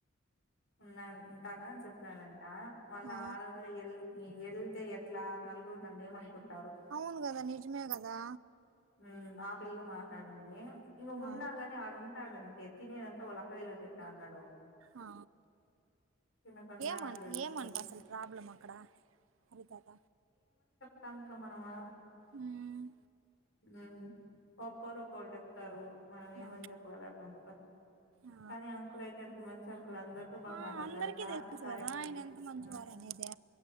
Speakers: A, on the left (about 70°); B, on the right (about 75°).
A: ఉన్నాను ఉంటాను అని చెప్పినడంట, వాళ్ళా
B: ఆ
A: ఆడపిల్ల ఎల్ యేళ్తే ఎట్లా నలుగురు నన్నేమనుకుంట్
B: అవును కదా నిజమే కదా
A: ఉమ్ ఆ పిల్ల మాట్లాడింది, ఈమె ఉన్నా
B: ఆ
A: గని ఆడుంటాడం తినేదంత వల అక్క దగ్గర తింటా అన్నాడు.
B: ఆ
A: తినకుండా
B: ఏమన్
A: అట్లా చేస్తాను
B: ఏమంట అసలు ప్రాబ్లం అక్కడ, హరి తాత
A: కం కమనవా
B: ఉమ్
A: హ్మ్ ఒక్కొరు ఒక్కొటి చెప్తారు, మనం ఏమని
B: ఆ
A: చెప్పగలం అట్లుందిప
B: ఆ
A: కానీ అంకుల్ అయితే ఎంత మంచి అంకులు అందరితో బాగా
B: ఆ,
A: మాట్లాడతారు,
B: అందరికీ
A: లాస్ట్
B: తెలుసు
A: కాయనకి
B: కదా ఆయన ఎంత మంచివారు
A: ఆ
B: అనేది